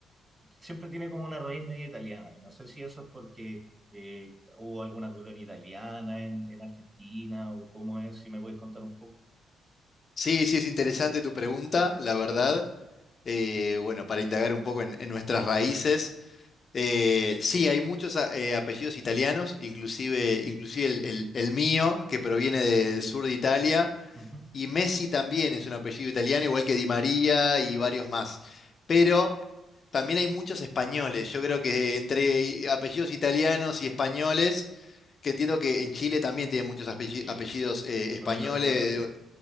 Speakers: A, on the right (about 15°); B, on the left (about 45°).
A: siempre tiene como una raíz media italiana, y no sé si eso es porque eh, hubo alguna colonia italiana en, en Argentina o cómo es, si me podéis contar un poco.
B: Sí, sí, es interesante tu pregunta, la verdad. Eh, bueno, para indagar un poco en, en nuestras raíces. eh, sí, hay muchos a- eh, apellidos italianos, inclusive, inclusive el, el- el mío, que proviene de- del sur de Italia,
A: Ujú,
B: y Messi también es un apellido italiano, igual que Di María y varios más. Pero también hay muchos españoles. Yo creo que entre i- apellidos italianos y españoles, que entiendo que en Chile también tienen muchos apelli-
A: Sí,
B: apellidos eh, españoles.
A: no, y lógico también,